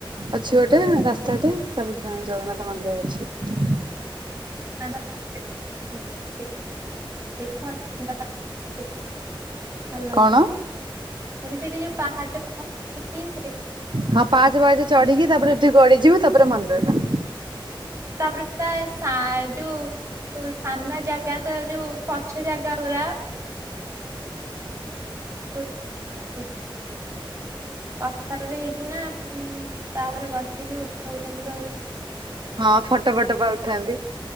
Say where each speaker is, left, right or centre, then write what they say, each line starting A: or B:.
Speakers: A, on the right; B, on the right.
A: ଅଛି ଗୋଟେ ରାସ୍ତାଟେ ଜଗନ୍ନାଥ ମନ୍ଦିର ଅଛି।
B: <inaudible> <unintelligible> ଭଲ ଲାଗୁଛି
A: କଣ?
B: ବୋଲି ସେଠି ଯୋଉ ପାହାଚ- ପାହାଚ ହେଇଛି
A: ହଁ ପାଞ୍ଚ ବାଜେ ଚଢିକି ତାପରେ ଏଠି ଗଡିଯିବୁ ତାପରେ ମନ୍ଦିର ଟା।
B: ତାପରେ ପ୍ରାୟ ସାଜୁ। ସାମ୍ନା ଜାଗାତ ଯୋଉ ପଛ ଜାଗା ପୁରା <unintelligible> <inaudible> ପଥରରେ ହେଇଛି ନା ତାପରେ ବସିକି ଉଠଉଛନ୍ତି ସବୁ।
A: ହଁ ଫଟୋ ଫଟୋ ପା ଉଠାନ୍ତି।